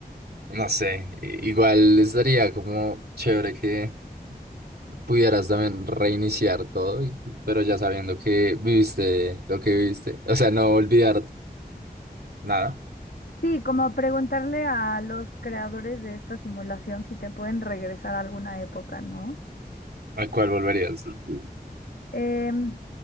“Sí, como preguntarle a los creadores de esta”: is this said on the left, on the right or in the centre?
Left